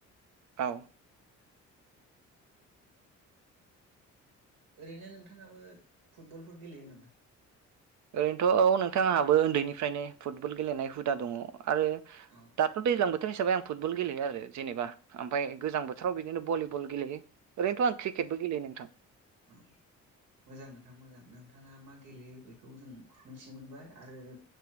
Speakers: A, on the right; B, on the right.
A: औ
B: ओरैनो नोंथाङाबो फुटबलफोर गेलेयो नामा
A: ओरैनोथ' औ नोंथां आहाबो उन्दैनिफ्रायनो फुटबल गेलेनाय हुदा दङ आरो
B: अ
A: दाथ' दैज्लां बोथोर हिसाबै आं फुटबल गेलेयो आरो जेनेबा ओमफ्राय गोजां बोथोराव बिदिनो भलिबल गेलेयो ओरैनोथ' आं क्रिकेटबो गेलेयो नोंथां
B: औ मोजां नोंथां मोजां नोंथाङा मा गेलेयो बेखौ जों मिथिनो मोनबाय आरो